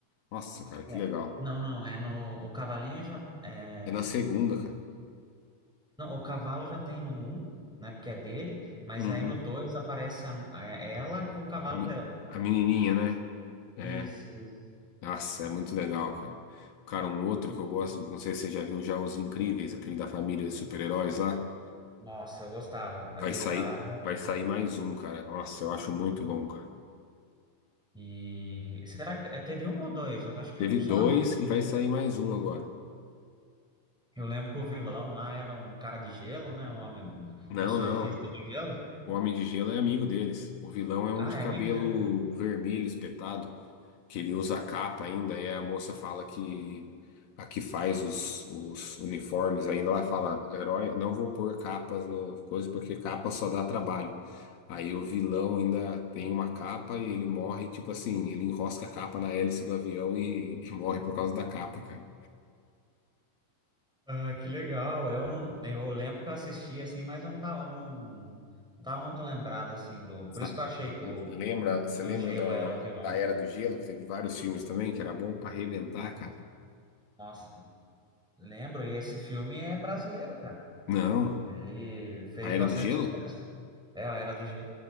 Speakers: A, on the left; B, in the centre.
A: Nossa, cara,
B: É.
A: que legal.
B: Não, não, é no. O Cavalinho já. É,
A: É na segunda, cara.
B: Não, o cavalo já tem no 1, né? Porque é dele, mas
A: Uhum.
B: aí no 2 aparece a- é ela com o cavalo
A: A, me-
B: dela.
A: a menininha, né? É.
B: Isso, isso.
A: Nossa, é muito legal, cara. Cara, um outro que eu gosto, não sei se você já viu já Os Incríveis, aquele da família de super-heróis lá.
B: Nossa, eu gostava. Aquele
A: Vai sair,
B: lá.
A: vai sair mais um, cara. Nossa, eu acho muito bom, cara.
B: E será que é, teve um ou dois? Eu acho que
A: Teve
B: um só,
A: dois
B: né?
A: e vai sair mais um agora.
B: Eu lembro que o vilão lá era um cara de gelo, né? Um homem, um,
A: Não,
B: um surfista
A: não.
B: do gelo.
A: O Homem de Gelo é amigo deles. O vilão é
B: Ah,
A: um de cabelo
B: é amigo dele.
A: vermelho espetado, que ele usa a capa ainda, e a moça fala que a que faz os, os uniformes ainda, ela fala, herói, não vou pôr capas no coisa, porque capa só dá trabalho. Aí o vilão ainda tem uma capa e ele morre, tipo assim, ele enrosca a capa na hélice do avião e, e morre por causa da capa, cara.
B: Ah, que legal. Eu não, eu lembro que eu assisti assim, mas eu não tava, não, não tava muito lembrado assim do.
A: Sa-
B: Por isso que eu achei que o,
A: Lembra, você
B: o do
A: lembra
B: gelo
A: da
B: era o vilão.
A: da Era do Gelo, que teve vários filmes também, que era bom pra arrebentar, cara?
B: Nossa. Lembro, e esse filme é brasileiro, cara.
A: Não.
B: Ele fez
A: A Era
B: bastante
A: do Gelo?
B: sucesso. É a Era do Gelo.